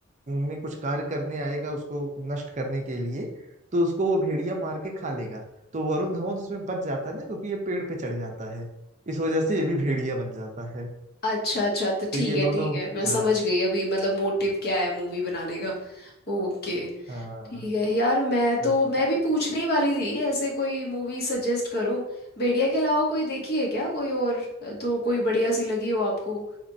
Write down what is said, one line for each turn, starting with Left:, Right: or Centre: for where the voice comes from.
Right: में कुछ कार्य करने आएगा उसको नष्ट करने के लिए तो उसको वो भेड़िया मार के खा लेगा तो वरुण धवन उसमें बच जाता है ना क्योंकि ये पेड़ पे चढ़ जाता है इस वजह से ये भी भेड़िया बन जाता है
Left: अच्छा अच्छा तो
Right: तो
Left: ठीक
Right: ये
Left: है
Right: दोनों
Left: ठीक है मैं समझ
Right: हाँ
Left: गई अभी मतलब मोटिव क्या है मूवी बनाने का ओके
Right: हाँ
Left: ठीक है यार मैं
Right: इस-
Left: तो मैं भी पूछने ही वाली थी ऐसे कोई मूवी सजेस्ट करो भेड़िया के अलावा कोई देखी है क्या कोई और तो कोई बढ़िया सी लगी हो आपको